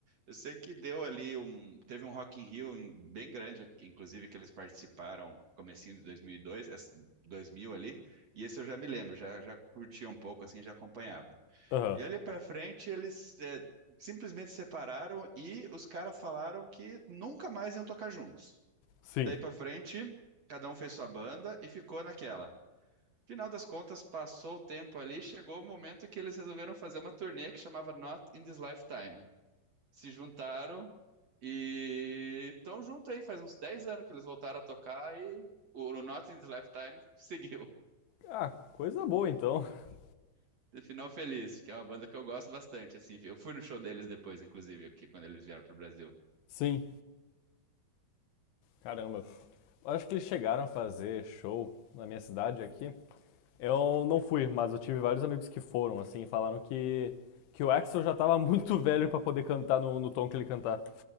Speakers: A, on the right; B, on the left.
A: Eu sei que deu ali um, teve um Rock in Rio em- bem grande, inclusive que eles participaram comecinho de 2002, essa- 2000 ali, e esse eu já me lembro, já já curtia um pouco assim, já acompanhava.
B: Aham,
A: E ali pra frente eles é, simplesmente separaram e os caras falaram que nunca mais iam tocar juntos.
B: sim.
A: Daí pra frente, cada um fez sua banda e ficou naquela. Final das contas, passou o tempo ali, chegou o momento que eles resolveram fazer uma turnê que chamava Not in This Lifetime. Se juntaram e estão junto aí, faz uns 10 anos que eles voltaram a tocar e o o Not in This Lifetime seguiu.
B: Ah, coisa boa então. <laughs>
A: <laughs> Final Feliz, que é uma banda que eu gosto bastante, assim. Eu fui no show deles depois, inclusive, aqui, quando eles vieram pro Brasil.
B: Sim, caramba. Acho que eles chegaram a fazer show na minha cidade aqui. Eu não fui, mas eu tive vários amigos que foram, assim, e falaram que, que o Axel já tava <laughs> muito velho pra poder cantar no, no tom que ele, cantar,